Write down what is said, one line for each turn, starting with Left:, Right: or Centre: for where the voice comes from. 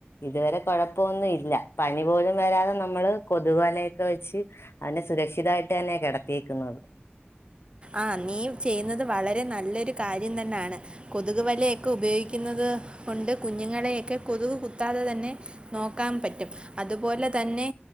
Left: ഇതുവരെ കൊഴപ്പൊന്നു ഇല്ല പനി പോലും വരാതെ നമ്മള് കൊതുകുവലയൊക്കെ വച്ച് നല്ല സുരക്ഷിതായിട്ട് അന്നെയാ കെടത്തിയേക്കുന്നത്
Right: ആ നീ ചെയ്യുന്നത് വളരെ നല്ലൊരു കാര്യം തന്നാണ് കൊതുക് വലയൊക്കെ ഉപയോഗിക്കുന്നത് കൊണ്ട് കുഞ്ഞുങ്ങളെയെക്കെ കൊതുക് കുത്താതെ തന്നെ നോക്കാമ്പറ്റും അതുപോലെ തന്നെ